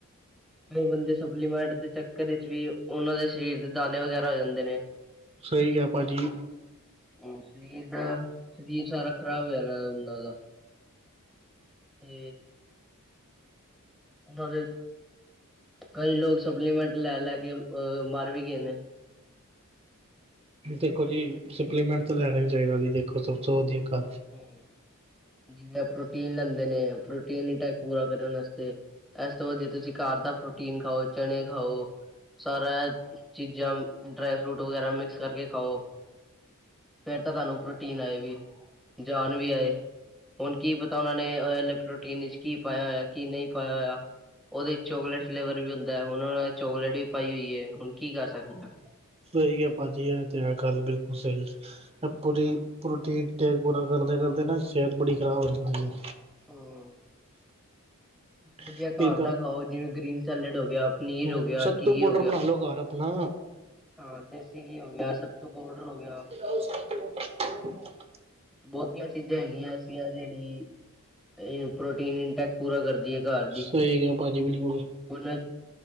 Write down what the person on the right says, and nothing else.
ਸਹੀ ਕਿਹਾ ਭਾਜੀ।
ਦੇਖੋ ਜੀ ਸਪਲੀਮੈਂਟ ਤਾਂ ਲੈਣਾ ਵੀ ਚਾਹੀਦਾ ਜੀ ਦੇਖੋ ਸਭ ਤੋਂ ਵਧੀਆ ਗੱਲ।
ਸਹੀ ਹੈ ਭਾਜੀ ਇਹ ਤੇ ਆ ਗੱਲ ਬਿਲਕੁਲ ਸਹੀ ਪੂਰੀ ਪ੍ਰੋਟੀਨ। ਟੇਕ ਪੂਰਾ ਕਰਦੇ ਕਰਦੇ ਨਾ ਸਿਹਤ ਬੜੀ ਖਰਾਬ ਹੋ ਜਾਂਦੀ ਜ।
ਹੈ
ਇਹ
ਹਮ
ਸੱਤੂ
ਪਾੋਡਰ
ਬਣਾ ਲੋ ਘਰ ਆਪਣਾ
<inaudible> <inaudible>
ਸਹੀ ਹੈ ਭਾਜੀ ਬਿਲਕੁਲ